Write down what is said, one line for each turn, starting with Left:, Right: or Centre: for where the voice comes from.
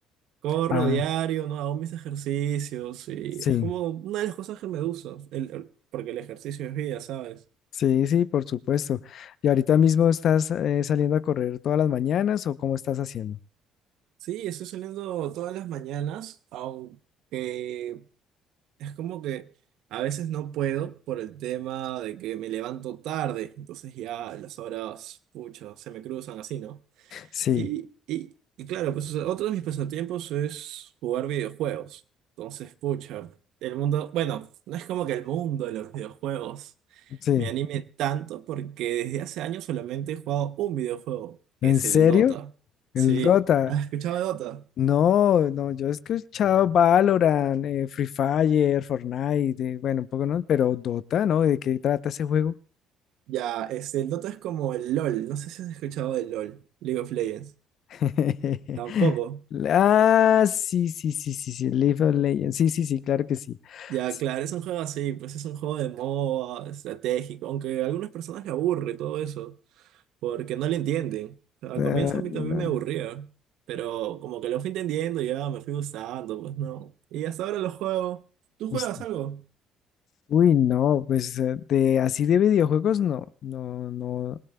Right: Corro
Left: ah,
Right: diario, ¿no? Hago mis ejercicios y
Left: sí,
Right: es como una de las cosas que me gusta, el, el- porque el ejercicio es vida, ¿sabes?
Left: sí, sí, por supuesto. ¿Y ahorita mismo estás eh, saliendo a correr todas las mañanas o cómo estás haciendo?
Right: Sí, estoy saliendo todas las mañanas, aunque Es como que a veces no puedo por el tema de que me levanto tarde, entonces ya las horas, pucha, se me cruzan así, ¿no?
Left: Sí,
Right: Y, y, y claro, pues o sea, otro de mis pasatiempos es jugar videojuegos. Entonces, pucha, el mundo, bueno, no es como que el mundo de los videojuegos
Left: sí.
Right: me anime tanto porque desde hace años solamente he jugado un videojuego, que
Left: ¿En
Right: es
Left: serio?
Right: el Dota.
Left: El
Right: Sí,
Left: Dota.
Right: ¿has escuchado de Dota?
Left: No, no, yo he escuchado Valorant, eh, Free Fire, Fortnite, eh, bueno, un poco no, pero Dota, ¿no? ¿De qué trata ese juego?
Right: Ya, este, el Dota es como el LOL, no sé si has escuchado del LOL, League of Legends.
Left: <laughs>
Right: Tampoco.
Left: Ah, sí, sí, sí, sí, sí, League of Legends, sí, sí, sí, claro que sí.
Right: Ya,
Left: S-
Right: claro, es un juego así, pues es un juego de moda, estratégico, aunque a algunas personas le aburre todo eso, porque no le entienden. Al
Left: ah,
Right: comienzo a mí
Left: no,
Right: también
Left: no,
Right: me aburría, pero como que lo fui entendiendo, ya me fui gustando, pues no. Y hasta ahora lo juego. ¿Tú
Left: pues
Right: juegas algo?
Left: Uy, no, pues eh, de así de videojuegos no, no, no.